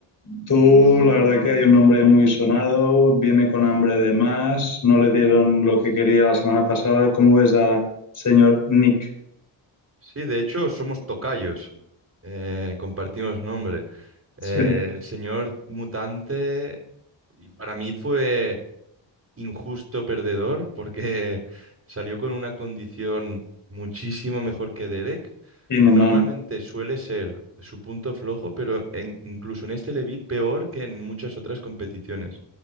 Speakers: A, on the left; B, on the right.
A: tú, la verdad que hay un nombre muy sonado, viene con hambre de más, no le dieron lo que quería la semana pasada. ¿Cómo ves a señor Nick? <laughs>
B: Sí, de hecho, somos tocayos. Eh, compartimos nombre.
A: Sí,
B: Eh, el señor mutante y para mí fue injusto perdedor porque <laughs> salió con una condición muchísimo mejor que Derek,
A: inhumano.
B: que normalmente suele ser su punto flojo, pero en- incluso en este le vi peor que en muchas otras competiciones.